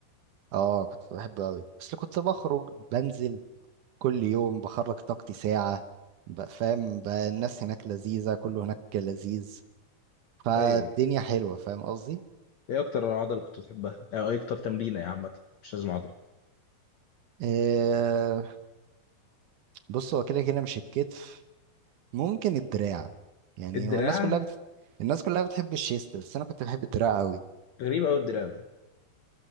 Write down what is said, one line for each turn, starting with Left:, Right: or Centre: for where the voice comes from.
Right: اه كنت بحبه قوي بس كنت بخرج بنزل كل يوم بخرج طاقتي ساعة بقى فاهم بقى الناس هناك لذيذة كله هناك لذيذ فالدنيا
Left: ايوه
Right: حلوة فاهم قصدي
Left: ايه اكتر عضله كنت بتحبها او ايه اكتر تمرينه يا عامه مش لازم عضله
Right: آه بص هو كده كده مش الكتف ممكن الدراع يعني
Left: الدراع
Right: هو الناس كلها بت... الناس كلها بتحب الشيست بس انا كنت بحب الدراع قوي
Left: غريب قوي الدراع ده